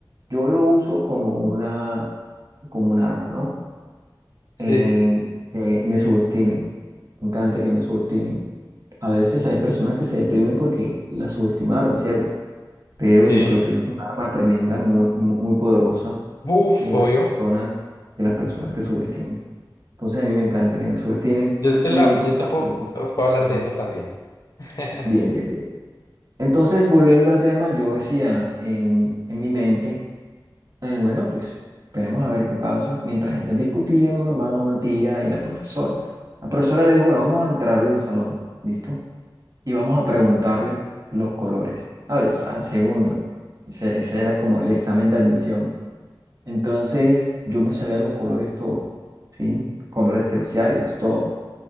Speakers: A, on the right; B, on the left.
A: yo lo uso como una, como un arma, ¿no?
B: sí,
A: eh, que me subestimen. Me encanta que me subestimen. A veces hay personas que se deprimen porque las subestimaron, ¿cierto? Pero
B: sí.
A: yo creo que eso es un arma tremenda, muy, muy, muy poderosa,
B: Uf,
A: que
B: obvio.
A: las personas, que las personas te subestimen. Entonces a mí me encanta que me subestimen
B: Yo te
A: y
B: la,
A: en todas
B: yo te puedo,
A: partes.
B: puedo hablar
A: Ajá.
B: de eso también. <laughs>
A: Bien, bien, bien. Entonces, volviendo al tema, yo decía en, en mi mente Eh, bueno, pues esperemos a ver qué pasa. Mientras ella discutía, mi mamá, una tía y la profesora. La profesora le dijo, bueno, vamos a entrarlo al salón, ¿listo? Y vamos a preguntarle los colores. Ah, yo estaba en segundo. Ese, ese era como el examen de admisión. Entonces, yo me sabía los colores todo, ¿sí? Colores terciarios, todo.